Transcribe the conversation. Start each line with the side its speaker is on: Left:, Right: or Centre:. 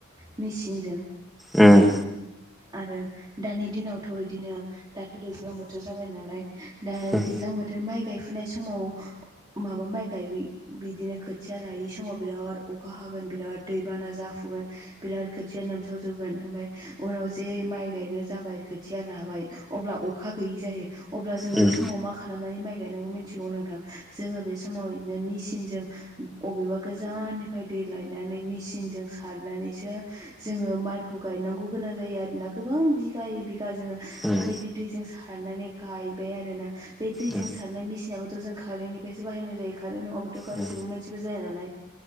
Right: मेचिनजों
Centre: उम
Right: आरो दानि दिनावथ बिदिनो दाथ दैज्लां बोथोर जाबाय नालाय दा
Centre: उम
Right: दैज्लां बोथोर माइ गायफुनाय समाव माबा माइ गाय बिदिनो खोथिया रायै समाव बिराद अखा हागोन बिराद दैबाना जाफुगोन बिराद खोथिया लोमसाव जोबगोन ओमफ्राय उनाव जे माइ गायनो जाबाय खोथिया राबाय अब्ला अखा गैयि जायो अब्ला जों
Centre: उम
Right: बे
Centre: उम
Right: समाव मा खालामनानै माइ गायनांगौ मिथिगौ नोंथां जोङो बे समाव इदिनो मेचिनजों अबेबा गोजाननिफ्राय दै लायनानै मेचिनजों सारनानैसो जोङो माइखौ गायनांगौ गोनां जायो आरोना गोबां बिगायै बिगा जोङो
Centre: उम
Right: बेबायदि दैजों सारनानै गायबाय आरोना बे दैजों
Centre: उम
Right: सारनाय मेसिनाबो थ जों कारेनटनिफ्रायसो बाहायनाय जायो कारेन्त नङाबाथ गासैबो
Centre: उम
Right: मोनसिबो जाया नालाय